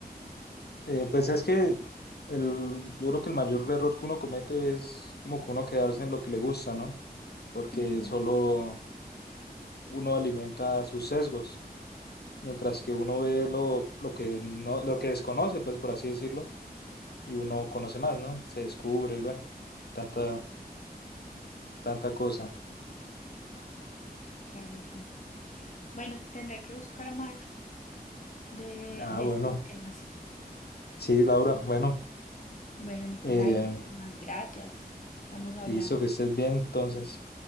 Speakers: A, on the left (about 75°); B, on the left (about 50°).
A: eh, pues es que el, yo creo que el mayor error que uno comete es como que uno quedarse en lo que le gusta, ¿no? Porque
B: Ujú,
A: solo uno alimenta sus sesgos. mientras que uno ve lo, lo que no, lo que desconoce, pues por así decirlo, y uno conoce más, ¿no? Se descubre, bueno, tanta, tanta cosa.
B: claro, sí. Bueno, tendré que buscar más de,
A: Ah,
B: de
A: bueno,
B: estos temas.
A: sí, Laura, bueno,
B: Bueno, Nicolai,
A: eh,
B: muchísimas gracias. Estamos hablando.
A: listo, que estés bien, entonces.